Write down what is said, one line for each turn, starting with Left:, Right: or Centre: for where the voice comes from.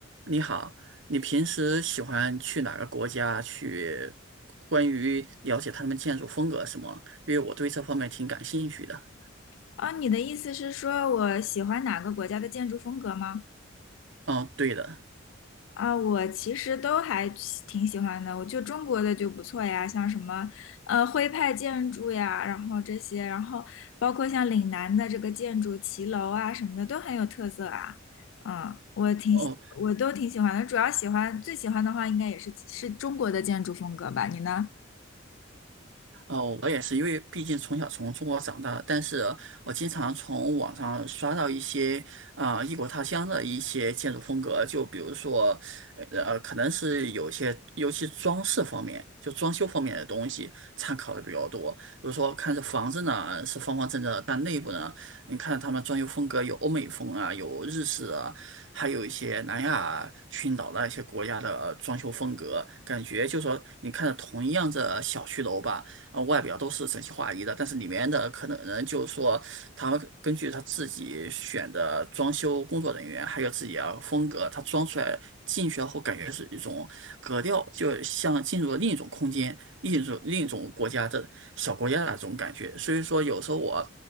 Right: 你好，你平时喜欢去哪个国家去？关于了解他们建筑风格什么？因为我对这方面挺感兴趣的。
Left: 啊，你的意思是说我喜欢哪个国家的建筑风格吗？
Right: 哦，对的。
Left: 啊，我其实都还喜挺喜欢的，我就中国的就不错呀，像什么呃徽派建筑呀，然后这些，然后包括像岭南的这个建筑骑楼啊什么的都很有特色啊。嗯，我挺喜我都挺喜欢的，
Right: 哦。
Left: 主要喜欢最喜欢的话应该也是是中国的建筑风格吧，你呢？
Right: 哦，我也是，因为毕竟从小从中国长大，但是我经常从网上刷到一些啊、呃异国他乡的一些建筑风格，就比如说，呃，可能是有些，尤其装饰方面，就装修方面的东西参考的比较多。比如说，看这房子呢是方方正正的，但内部呢，你看他们装修风格有欧美风啊，有日式啊，还有一些南亚群岛的一些国家的装修风格，感觉就说你看着同样的小区楼吧。呃外表都是整齐划一的，但是里面的可能人就是说，他们根据他自己选的装修工作人员，还有自己的风格，他装出来进去后感觉是一种格调，就像进入了另一种空间、另一种另一种国家的小国家的那种感觉。所以说，有时候我。